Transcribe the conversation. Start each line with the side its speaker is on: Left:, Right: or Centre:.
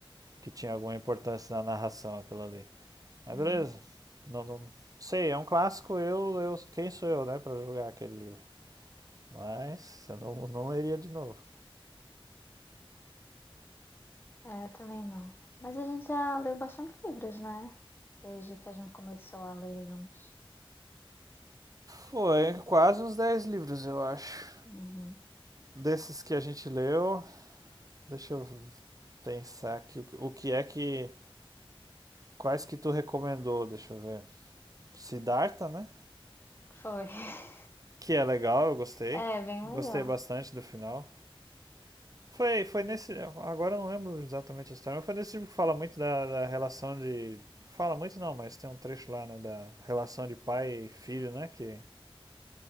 Right: que tinha alguma importância na narração aquilo ali. Mas
Left: Hum,
Right: beleza. Não, não sei, é um clássico, eu, eu quem sou eu, né, pra julgar aquele livro. Mas eu não, não leria de novo.
Left: É, eu também não. Mas a gente já leu bastante livros, né? Desde que a gente começou a ler juntos.
Right: Foi quase uns 10 livros, eu acho.
Left: Uhum.
Right: Desses que a gente leu, deixa eu pensar aqui o que, o que é que. Quais que tu recomendou? Deixa eu ver. Siddhartha, né?
Left: Foi. <laughs>
Right: que é legal, eu gostei.
Left: É, bem
Right: Gostei
Left: legal.
Right: bastante do final. Foi, foi nesse. Agora eu não lembro exatamente a história, mas foi nesse tipo que fala muito da, da relação de. Fala muito não, mas tem um trecho lá, né? Da relação de pai e filho, né? Que